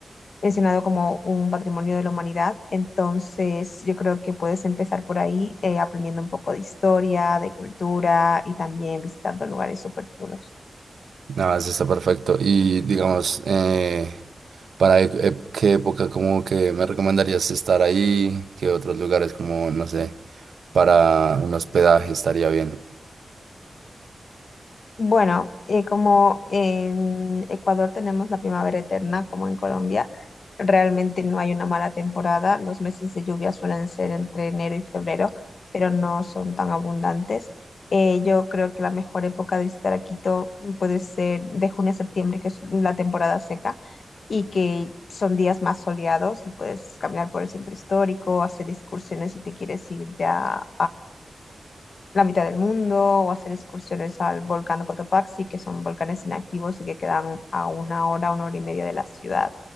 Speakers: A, on the left; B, on the right.
A: mencionado como un patrimonio de la humanidad. Entonces, yo creo que puedes empezar por ahí eh, aprendiendo un poco de historia, de cultura y también visitando lugares súper chulos.
B: Nada, eso está perfecto. Y digamos, eh, ¿para e- e- qué época como que me recomendarías estar ahí? ¿Qué otros lugares como, no sé, para un hospedaje estaría bien?
A: Bueno, eh, como en Ecuador tenemos la primavera eterna, como en Colombia, realmente no hay una mala temporada. Los meses de lluvia suelen ser entre enero y febrero, pero no son tan abundantes. Eh, yo creo que la mejor época de visitar a Quito puede ser de junio a septiembre, que es la temporada seca, y que son días más soleados y puedes caminar por el centro histórico, hacer excursiones si te quieres ir ya la mitad del mundo o hacer excursiones al volcán de Cotopaxi, que son volcanes inactivos y que quedan a una hora, una hora y media de la ciudad.